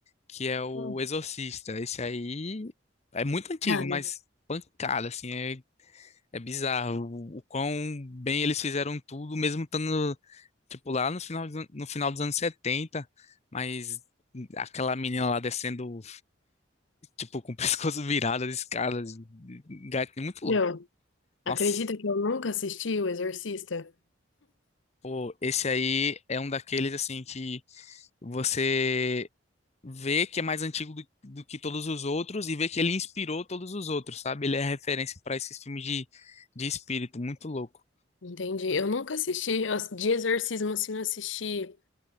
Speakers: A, on the left (about 35°); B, on the left (about 80°).
A: que é o
B: Hum.
A: Exorcista. Esse aí é muito antigo,
B: Cara,
A: mas pancada assim, é É bizarro o, o quão bem eles fizeram tudo, mesmo estando, tipo, lá no final, dos an- no final dos anos 70. mas aquela menina lá descendo, tipo, com o <laughs> pescoço virado de escadas, gatinho muito
B: meu,
A: louco.
B: <laughs>
A: Nossa,
B: acredita que eu nunca assisti O Exorcista?
A: pô, esse aí é um daqueles, assim, que você vê que é mais antigo do, do que todos os outros e vê que ele inspirou todos os outros, sabe? Ele é referência para esses filmes de, de espírito, muito louco.
B: Entendi. Eu nunca assisti. Eu- ass- De exorcismo, assim, eu assisti